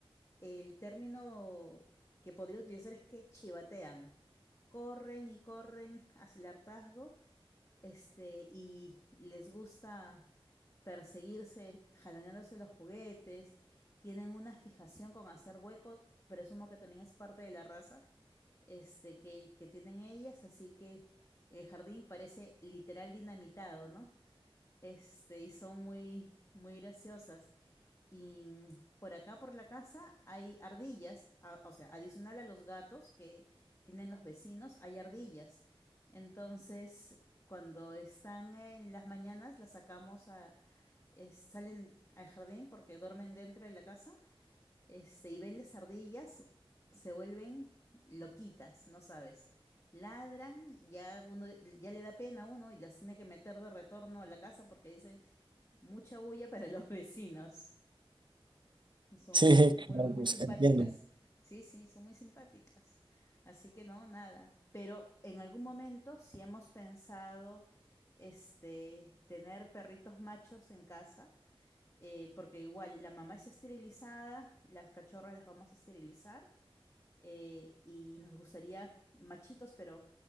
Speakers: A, on the left (about 30°); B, on the right (about 55°).
A: el término que podría utilizar es que chivatean. Corren y corren hacia el hartazgo, este, y les gusta perseguirse, jaloneándose los juguetes. Tienen una fijación con hacer huecos, presumo que también es parte de la raza este, que, que tienen ellas, así que el jardín parece literal dinamitado, ¿no? Este, y son muy, muy graciosas. Y mm, por acá, por la casa, hay ardillas, a- o sea, adicional a los gatos que tienen los vecinos, hay ardillas. Entonces, cuando están en las mañanas, las sacamos a, es- salen al jardín porque duermen dentro de la casa este, y ven las ardillas, se vuelven loquitas, no sabes. Ladran, ya uno, ya le da pena a uno y las tiene que meter de retorno a la casa porque dicen mucha bulla para los <laughs> vecinos. Son
B: Sí,
A: muy,
B: claro,
A: muy
B: pues
A: simpáticas.
B: entiendo.
A: Sí, sí, son muy simpáticas. Así que no, nada. Pero en algún momento, si hemos pensado, este, tener perritos machos en casa, eh, porque igual la mamá es esterilizada, las cachorras las vamos a esterilizar eh, y nos gustaría machitos, pero